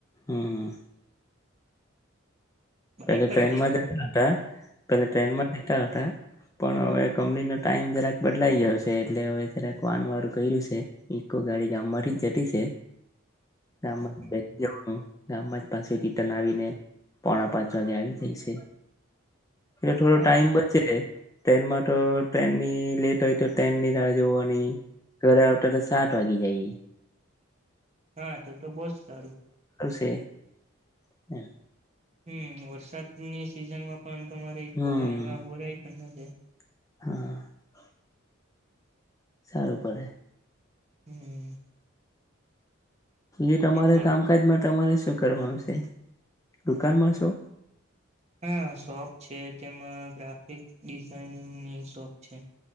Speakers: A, on the left (about 15°); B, on the right (about 30°).
A: હમ્મ.
B: બાઈક
A: પેલે
B: પર
A: ટ્રેનમાં
B: જાય તો
A: જતા
B: અમે
A: હતા પેલે ટ્રેનમાં
B: હમ
A: નતા હતા પણ હવે કંપનીનો ટાઈમ જરાક બદલાઈ ગયો છે. એટલે હવે જરાક વાન વારું કર્યું છે ઈકો ગાડી માથી જ જતી છે. ગામમાં
B: હમ
A: બેઈ જવાનું. ગામમાં જ પાસે રિટર્ન આવીને પોણા પાંચ વાગે આવી જઈ છે. એટલે થોડો
B: હા
A: ટાઈમ બચે. ટ્રેનમાં તો ટ્રેનની લેટ હોય તો ટ્રેન ની રાહ જોવાની ઘરે આવતા તો સાત વાગી જાય.
B: હા તો તો બહુ જ સારું.
A: તે. હા.
B: હમ્મ, વરસાદની સિઝનમાં પણ તમારે ઇકો
A: હમ
B: ગાડીમાં બોરાય પણ કે.
A: <inaudible> સારું પડે.
B: હમ્મ.
A: એ તમારે
B: પડ
A: કામકાજમાં તમારે શું કરવાનું છે દુકાનમાં શો
B: હા શોપ છે તેમાં ગ્રાફિક ડિઝાઇનિંગ ની તો છે.